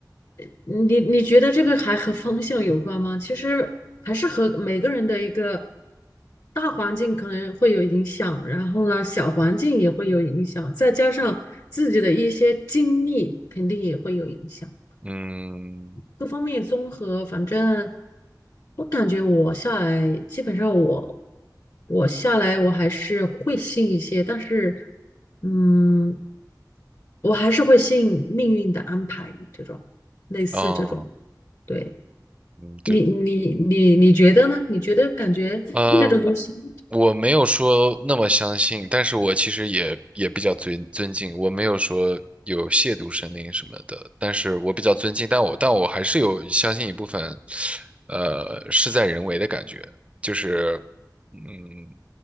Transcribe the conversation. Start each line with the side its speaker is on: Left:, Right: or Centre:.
Left: 呃你你觉得这个还和方向有关吗？其实还是和每个人的一个大环境可能会有影响，然后呢，小环境也会有影响，再加上自己的一些经历，肯定也会有影响。
Right: 嗯
Left: 各方面综合，反正我感觉我下来，基本上我我下来我还是会信一些，但是嗯，我还是会信命运的安排这种，类似这种。
Right: 啊、
Left: 对
Right: 嗯，
Left: 你，
Right: 就。
Left: 你你你觉得呢？你觉得感觉这种东西
Right: 呃
Left: <laughs>
Right: 我没有说那么相信，但是我其实也也比较尊尊敬，我没有说有亵渎神灵什么的，但是我比较尊敬，但我但我还是有相信一部分，呃，事在人为的感觉，就是，嗯，